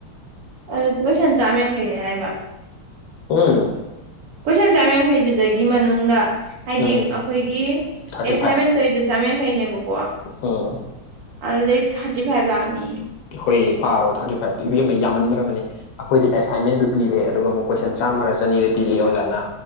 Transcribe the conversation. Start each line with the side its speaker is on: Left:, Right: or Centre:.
Right: ꯑꯗꯨ ꯀꯣꯏꯁꯟ ꯆꯥꯝ ꯌꯥꯡꯈꯩꯅꯦ ꯍꯥꯏꯕ
Left: ꯎꯝ
Right: ꯀꯣꯏꯁꯟ ꯆꯥꯝ ꯌꯥꯡꯈꯩꯗꯨꯗꯒꯤ ꯃꯅꯨꯡꯗ ꯍꯥꯏꯗꯤ
Left: ꯎꯝ
Right: ꯑꯩꯈꯣꯏꯒꯤ
Left: ꯊꯥꯔꯇꯤ
Right: ꯑꯦꯁꯥꯏꯟꯃꯦꯟꯇꯩꯗꯨ
Left: ꯐꯥꯏꯚ
Right: ꯆꯥꯝꯌꯥꯡꯈꯩꯅꯦꯕꯀꯣ
Left: ꯎꯝ
Right: ꯑꯗꯨꯗꯩ ꯊꯥꯔꯇꯤ ꯐꯥꯏꯚ ꯂꯥꯛꯅꯤꯌꯦ
Left: ꯍꯣꯏ ꯄꯥꯔꯣ ꯊꯥꯔꯇꯤ ꯐꯥꯏꯚꯇꯨ ꯏꯕꯦꯝꯃ ꯌꯥꯝꯃꯟꯗ꯭ꯔꯕꯅꯤ ꯑꯩꯈꯣꯏꯗꯤ ꯑꯦꯁꯥꯏꯟꯃꯦꯟꯗꯨ ꯄꯤꯔꯦ ꯑꯗꯨꯒ ꯑꯃꯨꯛ ꯀꯣꯏꯁꯟ ꯆꯥꯝꯃꯔꯥ ꯆꯅꯤꯔ ꯄꯤꯔꯛꯑꯦ ꯑꯣꯖꯥꯅ